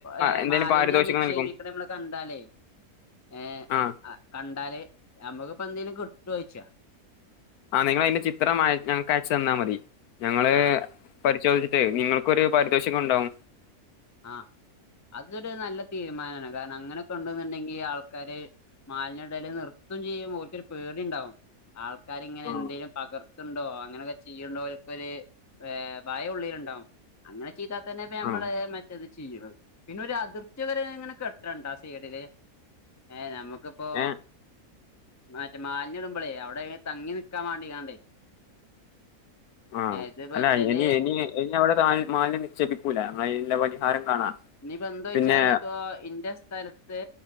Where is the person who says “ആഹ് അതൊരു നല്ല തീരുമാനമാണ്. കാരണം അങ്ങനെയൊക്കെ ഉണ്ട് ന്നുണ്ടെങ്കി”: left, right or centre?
Left